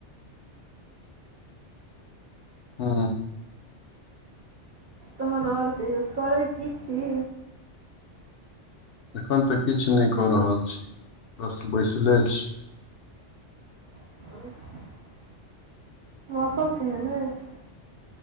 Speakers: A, on the left; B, on the right.
A: हू
B: तहन आर कहियौ करै की छी
A: एखन तऽ किछ नहि कऽ रहल छी बस बैसले छी
B: <unintelligible> मौसम केहन अइछ